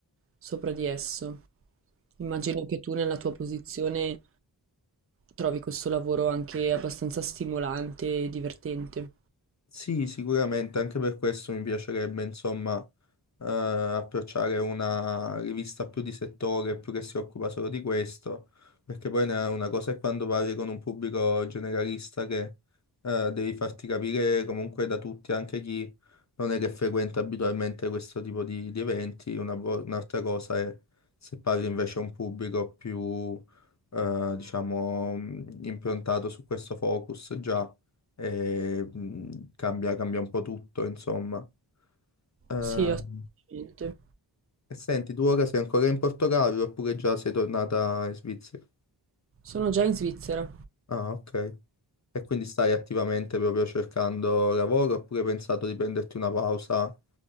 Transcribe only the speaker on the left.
Sì, sicuramente, anche per questo mi piacerebbe, insomma, eh, approcciare una rivista più di settore, più che si occupa solo di questo, perché poi ne- una cosa è quando parli con un pubblico generalista che eh, devi farti capire comunque da tutti, anche chi non è che frequenta abitualmente questo tipo di, di eventi, una vo- un'altra cosa è se parli invece a un pubblico più, eh, diciamo, improntato su questo focus già e mh, cambia, cambia un po' tutto, insomma. Mm.
Ehm, e senti, tu ora sei ancora in Portogallo oppure già sei tornata in Svizzera?
Ah, ok. E quindi stai attivamente proprio cercando lavoro oppure hai pensato di prenderti una pausa,